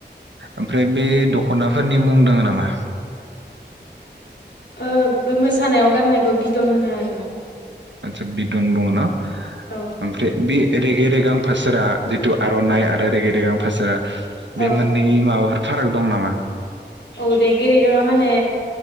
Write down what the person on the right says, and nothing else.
ओमफ्राय बे
दख'ना फोरनि मुं दोङो नामा?
आदसा बिदन बुङोना
ओमफ्राय बे रेगे रेगां फासोरा जिथु आर'नाइ आरो रेगे रेगां फासारा
बे मोननै माबाफोर फाराग दं नामा?